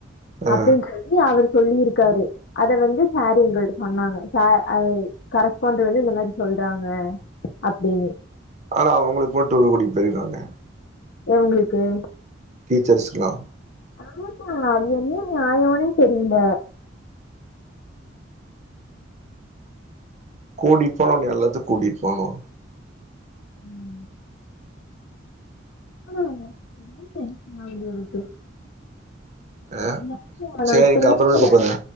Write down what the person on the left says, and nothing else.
அப்டின் சொல்லி அவருக் சொல்லிருக்காரு அத வந்து சார எங்கள்ட்ட சொன்னாங்க சா அ கரஸ்பாண்டட் வந்து இந்த மாரி சொல்றாங்க அப்டினு
எவுங்ளுக்கு
ஆமா அது என்ன நியாயோனே தெரில
ஆமா ஆ ரோம்ப டென்ஷனாகுது எனக்கு
<unintelligible> நாங்க
போய்ர்க்கல